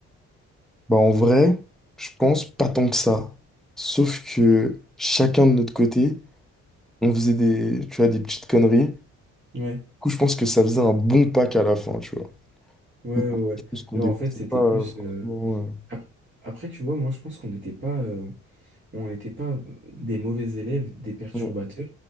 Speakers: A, in the centre; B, on the right.
A: Bah, en vrai, je pense pas tant que ça. Sauf que chacun de notre côté, on faisait des, tu vois, des petites conneries. Du
B: Ouais,
A: coup, je pense que ça faisait un bon pack à la fin, tu vois.
B: ouais,
A: Je
B: ouais. ouais.
A: pense qu'on
B: Genre,
A: dépassait
B: en fait, c'était
A: pas euh,
B: plus...
A: forcément.
B: euh, ap- après, tu vois, moi, je pense qu'on n'était pas... euh, On n'était pas des mauvais élèves, des perturbateurs,
A: euh,